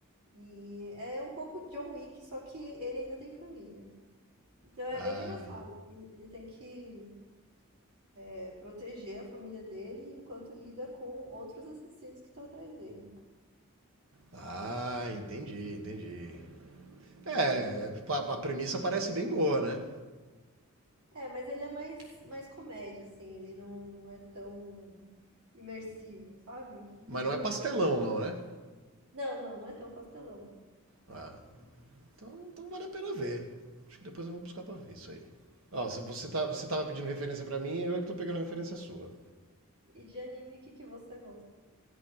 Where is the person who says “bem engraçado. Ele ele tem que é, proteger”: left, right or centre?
Right